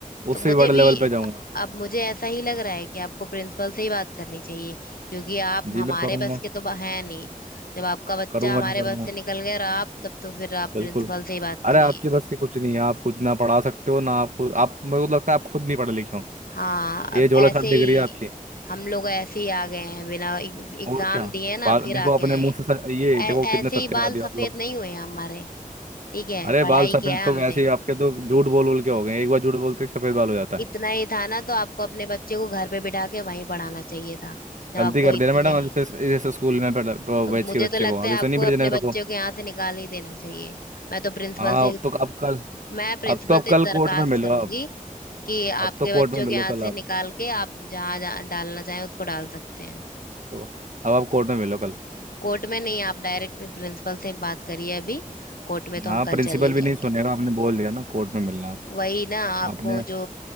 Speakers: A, on the right; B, on the left.
A: उससे
B: तो मुझे
A: भी बड़े
B: भी
A: लेवल पे जाऊंगा
B: अब मुझे ऐसा ही लग रहा है कि आपको प्रिंसिपल से ही बात करनी चाहिए क्योंकि आप
A: जी
B: हमारे
A: मैं करूंगा
B: बस के तो है नहीं जब आपका बच्चा
A: करूंगा
B: हमारे
A: नहीं करूंगा
B: बस से निकल गया और आप तब तो फिर आप
A: बिल्कुल
B: प्रिंसिपल से ही बात करिए
A: अरे आपके बस से कुछ नहीं है आप कुछ ना पढ़ा सकते हो ना आपको आप मेरे को लगता है आप खुद नहीं पढ़े लिखे हो
B: हाँ
A: ये
B: अब
A: झोला
B: ऐसे
A: छाप
B: ही
A: डिग्री है आपकी
B: हम लोग ऐसे ही आ गए हैं बिना एग्जाम
A: और क्या
B: दिए ना
A: बाल
B: फिर
A: देखो
B: आ
A: अपने
B: गए हैं
A: मुंह से सच- ये
B: ऐ-
A: देखो कितने
B: ऐसे
A: सत्यवादी
B: ही बाल सफेद
A: हो आप लोग
B: नहीं हुए हैं हमारे ठीक है
A: अरे
B: पढ़ाई
A: बाल सफेद
B: किया है
A: तो
B: हमने
A: वैसे ही आपके तो झूठ बोल बोल के हो गए एक बार झूठ बोलते ही सफेद बाल हो जाता है
B: इतना ही था ना तो आपको अपने बच्चे को घर पे बिठा के वहीं पढ़ाना चाहिए था जब
A: गलती
B: आपको
A: कर
B: इतने
A: देना मैडम अब इसे इसे स्कूल में पढ़ा- प-
B: तो
A: भेज
B: मुझे
A: के बच्चे
B: तो लगता
A: को आगे
B: है आपको
A: से नहीं भेजने
B: अपने
A: रखो
B: बच्चे को यहाँ से निकाल ही देना चाहिए मैं तो प्रिंसिपल
A: हाँ
B: से
A: अब तो अब कल
B: मैं प्रिंसिपल
A: अब तो आप
B: से
A: कल
B: दरखास्त
A: कोर्ट में मिलो
B: करूंगी
A: आप
B: कि
A: अब
B: आपके
A: तो कोर्ट
B: बच्चों
A: में मिलो
B: के यहाँ
A: कल
B: से
A: आप
B: निकाल के आप जहाँ जहाँ डालना चाहें उसको डाल सकते हैं
A: तो अब आप कोर्ट में मिलो कल
B: कोर्ट में नहीं आप डायरेक्ट प्रिंसिपल से बात करिए अभी कोर्ट में तो
A: हाँ
B: हम कल
A: प्रिंसिपल
B: चल नहीं
A: भी
B: जाएंगे
A: नहीं सुनेगा आपने बोल दिया ना कोर्ट में मिलना आप
B: वही ना आपको
A: आपने
B: जो